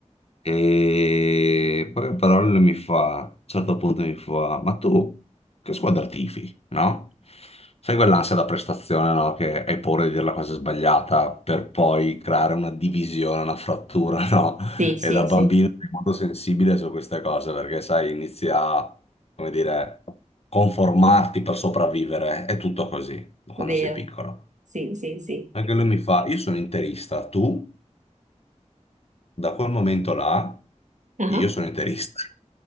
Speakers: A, on the left; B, on the right.
A: E poi a parole mi fa, a un certo punto mi fa, ma tu che squadra tifi, no? Sai quell'ansia da prestazione, no? Che hai paura di dire la cosa sbagliata per poi creare una divisione, una frattura, <laughs> no?
B: Sì, sì,
A: E da bambino
B: sì,
A: sei molto sensibile su queste cose perché, sai, inizi a, come dire, conformarti per sopravvivere. È tutto così quando
B: è vero.
A: sei piccolo.
B: Sì, sì, sì.
A: Anche lui mi fa, io sono interista, tu? Da quel momento là
B: Ah.
A: io sono interista.